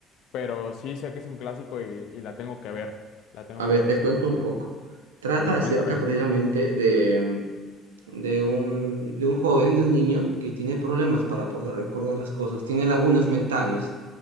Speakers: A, on the left; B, on the right.
A: pero sí sé que es un clásico y, y la tengo que ver. La tengo
B: A ver,
A: que ver
B: te
A: cien
B: cuento
A: por
B: un
A: ciento.
B: poco. Trata
A: A ver,
B: acerca
A: cuéntame.
B: precisamente de, de un, de un joven, de un niño que tiene problemas para poder recordar las cosas, tiene lagunas mentales.